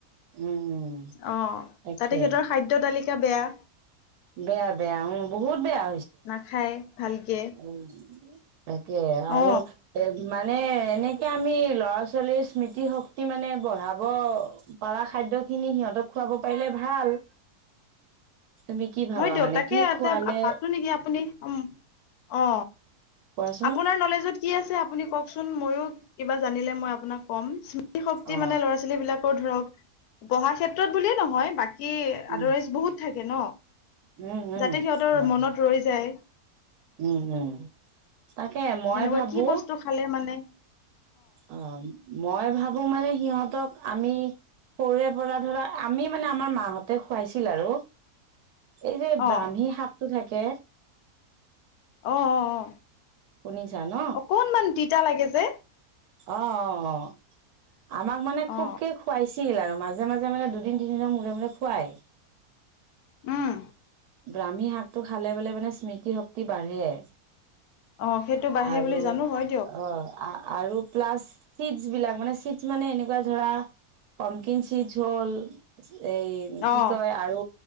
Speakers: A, on the right; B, on the left.
A: উম উম
B: অ
A: তাকে
B: তাতে সিহঁতৰ খাদ্য তালিকা বেয়া
A: বেয়া বেয়া উ বহুত বেয়া।
B: নাখায়। ভালকে
A: উ তাকে আৰু
B: অ
A: এ মানে। এনেকে আমি ল'ৰা ছোৱালীৰ স্মৃতি শক্তি মানে বঢ়াব পাৰা খাদ্য খিনি সিহঁতক খুৱাব পাৰিলে ভাল। তুমি কি ভাবা
B: হয় দেউতাকে
A: মানে কি খোৱালে
B: এটা পাতো নেকি আপুনি উম। অ
A: কোৱাচোন
B: আপোনাৰ নলেজত কি আছে? আপুনি কওঁকচোন ময়ো কিবা জানিলে মই আপোনাক কম। শক্তি
A: অ
B: মানে ল'ৰা ছোৱালী বিলাকৰ ধৰক পঢ়া ক্ষেত্ৰত বুলিয়ে নহয় বাকী
A: উম
B: আদাৰাইজ বহুত থাকে ন।
A: উম উম
B: যাতে সিহঁতৰ
A: লাগে
B: মনত ৰৈ যায়। এনেকুৱা
A: উম উম তাকে মই ভাবো
B: কি বস্তু খালে মানে।
A: অ মই ভাবো মানে সিহঁত আমি সৰুৰে পৰা ধৰা আমি মানে আমাৰ মাহঁতে খুৱাইছিল আৰু এই যে
B: অ অ
A: ব্ৰাহ্মী শাকটো থাকে
B: অ অ
A: শুনিছা ন
B: অকনমান তিতা লাগে যে
A: অ অ অ আমাক মানে খুবকে
B: অ
A: খুৱাইছে। ছিল আৰু মাজে মাজে মানে দুদিন তিনিদিনৰ মূৰে মূৰে খুৱাই।
B: উম
A: দামি শাকটো খালে বোলে মানে স্মৃতি শক্তি বাঢ়ে।
B: অ সেইটো বাঢ়ে
A: আৰু
B: বুলি জানো হয় দিয়ক
A: অ আৰু প্লাছ চিডছ বিলাক মানে চিডছ মানে এনেকুৱা ধৰা পমকিন চিডছ হল। এই কি
B: অ
A: কয় আৰু